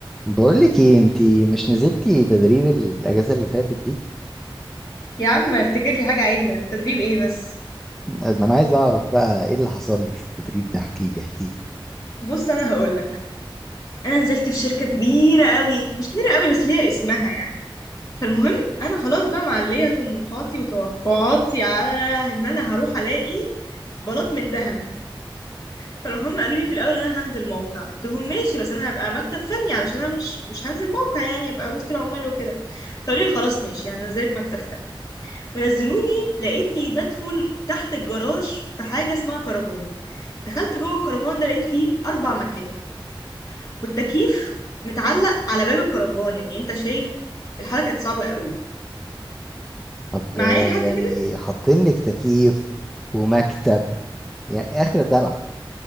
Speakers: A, in the centre; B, on the left.
A: بقولك ايه انتي مش نزلتي تدريب الاجازه اللي فاتت دي
B: يا عم افتكر لي حاجة عدلة تدريب ايه بس
A: ما انا عايز اعرف بقى ايه اللي حصل لك في التدريب ده احكيلي احكيلي
B: بص انا هقولك انا نزلت في شركة كبيرة قوي مش كبيرة قوي بس ليها اسمها يعني فالمهم انا خلاص بقى معلية طموحاتي وتوقعاتي على ان انا هروح الاقي بلاط من ذهب فهم قالوا لي في الاول انا هنزل موقع قلت لهم ماشي بس انا هبقى مكتب فني علشان انا مش مش هنزل موقع يعني ابقى وسط العمال وكده فقالوا لي خلاص ماشي هنزلك مكتب فني ونزلوني لقيتني بدخل تحت الجراج في حاجة اسمها كرفان دخلت جوه الكرفان ده لقيت فيه أربع مكاتب والتكييف متعلق على باب الكرفان يعني أنت شايف الحالة كانت صعبة قوي
A: طب
B: معايا
A: آه،
B: لحد
A: يعني
B: كده
A: حاطين لك تكييف ومكتب يعني اخر دلع